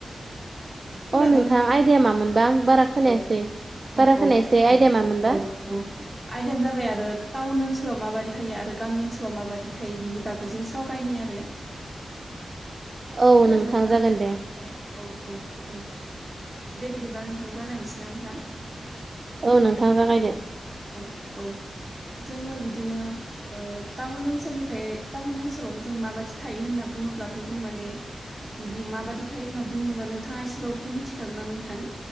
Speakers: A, on the right; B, on the right.
A: खोनादोना
B: अ
A: नोंथां
B: आयदाया मामोनबा आं बारा खोनायासै
A: औ
B: बारा
A: औ औ
B: खोनायासै आयदाया मामोनबा
A: औ औ आयदानो जाबाय आरो टाउन ओनसोलाव माबादि थायो आरो गामि ओनसोलाव माबायदि थायो बिनि बागै जों सावरायनि आरो
B: <inaudible> औ
A: खोनादोना नोंथां
B: जागोन दे
A: औ औ औ औ दे बिदिब्ला नोंथां जागायसै नां नोंथां
B: औ नोंथाङा जागायदो
A: औ औ जोङो बिदिनो टाउन ओनसोलनिफ्राय टाउन ओनसोलाव जों माबायदि थायो होनना बुङोब्लाथ' जों माने माबायदि थायो होनना बुंदोंब्ला नोंथाङा एसेबाबोथ' मिथिखागोन ना नोंथां